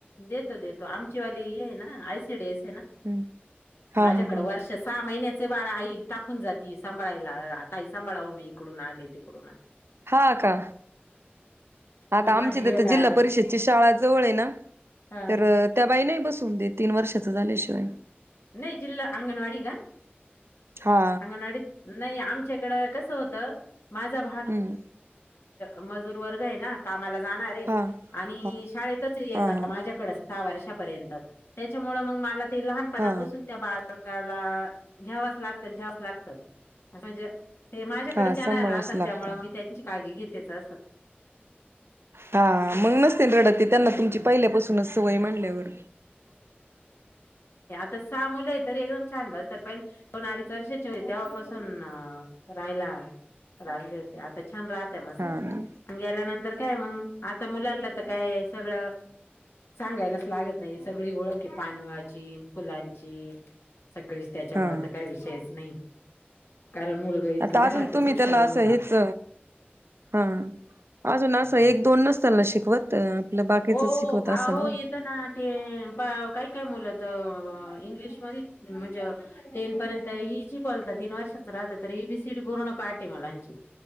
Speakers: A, on the left; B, on the right.
A: देतो देतो आमची वाली. आ
B: हम्म हा
A: माझ्याकड
B: हा
A: वर्ष सहा महि. बाळा आई टाकून जाती सांभाळायला आता आई सांभाळाव मी इकडून आले तिकडून.
B: हा का आता
A: मी
B: आमची
A: भाजी घेऊन
B: तर तर
A: आले.
B: जिल्हा परिषदची शाळा जवळ आहे ना.
A: हां.
B: तर त्या बाई नाही बसून दे तीन वर्षाच झाल्याशिवाय.
A: नाही जिल्हा अंगणवाडी का
B: हा
A: अंगणवाडी नाही आमच्याकडं. मा म्हण
B: हम्म
A: म व. म जाणार आहे
B: हा
A: आणि
B: हा
A: शाळेतच येत
B: हा हा
A: माझ्याकडे सहा वर्ष. त्याच्या मुळ मला टी लहान पनापासूनच
B: हा
A: संभाळायला लागते प्रकाला घ्यावाच लागतं आणि ठेवाच लागत म्हणजे. ते माझ्याकडे
B: हा
A: चणार
B: सांभाळावच
A: राहत आणि
B: लागत
A: त्यामु मी त्यांची काळजी घेतेच असं.
B: हा मग नस. ड
A: त्याच्यामुळं
B: त्यांना तुमची पहिल्यापासूनच सवय म्हणल्यावर.
A: आ सहा मुलं आहे तरी एकदम छान बजतात पहिले दोन अडीच वर्षाची हो तेव्हापासून रायला. लागले होते आता छान राहतय मस्त
B: हा ना
A: गेल्यानंतर काय मग आता मुलांना काय आहे सगळं सांगायलाच लागत नाही सगळी ओळख आहे पानवाची फुलांची सगळीच त्याच्यामुळे
B: हा
A: तर काही विषयच नाही. कारण मुलगा इतकं
B: आता अजून
A: घरातच
B: तुम्ही
A: हुशार
B: त्याला
A: होऊन
B: असं
A: जात.
B: हेच. हा अजून असं
A: हम्म.
B: एक दोन नसता ना. शिकवत आपलं बाकीचच
A: हो
B: शिकवत असेल
A: आहो येत ना ते काय काय मुलात. इंग्लिश मध्ये म्हणजे टेन पर्यंत इजी बोलतात तीन वर्षांच राहता तरी. एबीसीडी पूर्ण पाठी आहे मुलांची.